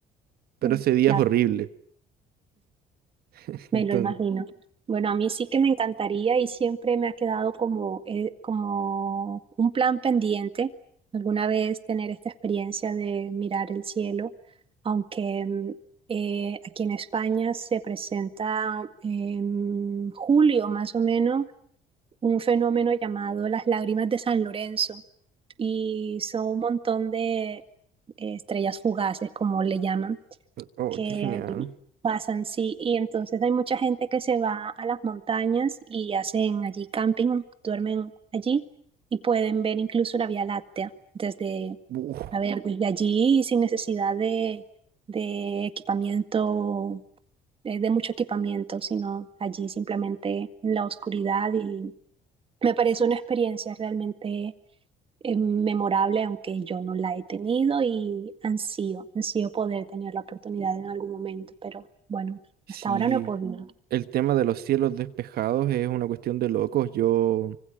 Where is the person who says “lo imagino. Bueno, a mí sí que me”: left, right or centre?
Right